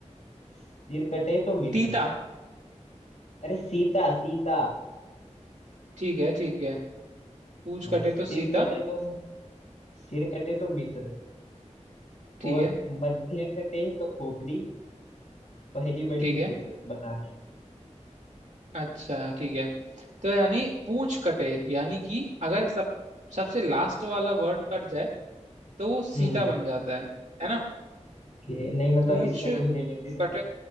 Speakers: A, on the left; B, on the right.
A: सिर कटे तो मित्र
B: तीता
A: अरे सीता सीता
B: ठीक है ठीक है पूछ
A: हाँ
B: कटे
A: सिर
B: तो सीता
A: कटे तो सिर कटे तो मित्र
B: ठीक
A: और
B: है
A: मध्य कटे तो खोपड़ी पहली बड़ी
B: ठीक
A: विचित्र
B: है
A: बता क्या
B: अच्छा ठीक है तो यानी पूछ कटे यानी कि अगर सब सबसे लास्ट वाला वर्ड कट जाए तो वो सीता
A: हम्म
B: बन जाता है है ना
A: कि नहीं मतलब
B: पूछ
A: इससे कुछ रिलेटेड
B: कटे